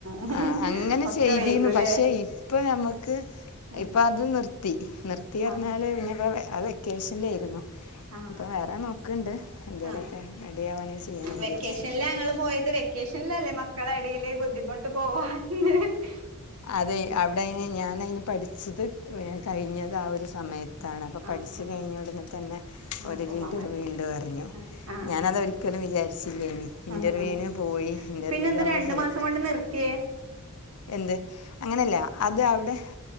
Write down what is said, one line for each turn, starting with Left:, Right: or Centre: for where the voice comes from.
Right: ഉം
Left: ആഹ് ഇങ്ങനെ
Right: ഒക്കെ
Left: ചെയ്തീനു
Right: വൈകുല്ലേ
Left: പക്ഷെ ഇപ്പൊ ഇപ്പൊ ഞമക്ക്
Right: ഉം
Left: അത് നിർ ത്തി നിർത്തി അറ്ഞ്ഞാല്
Right: ആഹ്
Left: പിന്നെപ്പോ അത് വെക്കേഷനിലാരുന്നു
Right: ആഹ്
Left: ഇപ്പൊ വേറെ നോക്കണ്ട് എന്തേലൊക്കെ
Right: ആഹ്
Left: റെഡിയവാണെ ചെയ്യണം
Right: വെക്കേഷനിലാ
Left: വിചാരിച്ചിട്ട്
Right: ഞങ്ങള് പോയത് വെക്കേഷനിലല്ലേ മക്കളെ എടയില് ബുദ്ധിമുട്ട് പോവാൻ <unintelligible>
Left: അതെ അവിടെയിന് ഞാനയിന് പഠിച്ചത് കഴിഞ്ഞത് ആ ഒരു സമയ കാണാതെ പഠിച്ചു
Right: ആഹ് ആഹ്
Left: കഴിഞ്ഞ ഉടനെ തന്നെ
Right: ആഹ്
Left: ഓരു
Right: പോവാൻ
Left: ഇൻറർവ്യൂ
Right: വേണ്ടിട്ട്
Left: ഉണ്ട് പറഞ്ഞു
Right: ആഹ് ആഹ്
Left: ഞാനത്
Right: ആഹ്
Left: ഒരിക്കലും വിചാരിച്ചില്ലേനി ഇൻറർവ്യൂന്
Right: ആഹ് ആഹ്
Left: പോയി ഇൻറർവ്യൂൽ
Right: പിന്നെന്താ
Left: നമ്മൾ
Right: രണ്ടു
Left: സെലക്ട്
Right: മാസം കൊണ്ട് നിർത്തിയേ
Left: എന്ത് അങ്ങനെയല്ല അത് അവിടെ